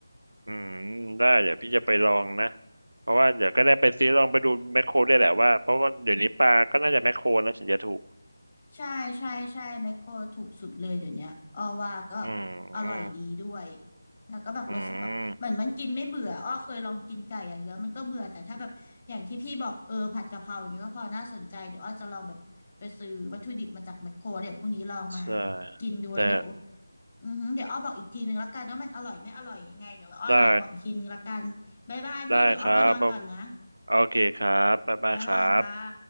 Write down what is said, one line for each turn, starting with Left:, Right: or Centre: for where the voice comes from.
Right: อืมได้เดี๋ยวพี่จะไปลองนะเพราะว่าเดี๋ยวก็ได้ไปซื้อลองไปดูแมคโครได้วยแหละว่าเพราะว่าเดี๋ยวนี้ปลาก็น่าจะแมคโครนะถึงจะถูก
Left: ใช่ใช่ใช่แมคโครถูกสุดเลยเดี๋ยวเนี้ยอ้อว่าก็
Right: อืมอืม
Left: อร่อยดีด้วยแล้วก็แบบรสสุกับเหมือนมันกินไม่เบื่ออ้อเคยลองกินไก่อย่างเดียวมันก็เบื่อแต่ถ้าแบบอย่างที่พี่บอกเออผัดกะเพราอย่างเงี้ยก็พอน่าสนใจเดี๋ยวอ้อจะลองแบบไปซื้อวัตถุดิบมาจากแมคโครเดี๋ยวพรุ่งนี้ลองมา
Right: อืมใช่
Left: กินดูแล้วเดี๋ยว
Right: แต่
Left: อือหือเดี๋ยวอ้อบอกอีกทีนึงละกันว่ามันอร่อยไม่อร่อยยังไงเดี๋ยวอ้อไลน์บอกอีกทีนึงละกันบ๊ายบายพี่เดี๋ยวอ้อไปนอนก่อนนะ
Right: ได้ได้ครับโอเคครับบ๊ายบายครับ
Left: บ๊ายบายค่ะ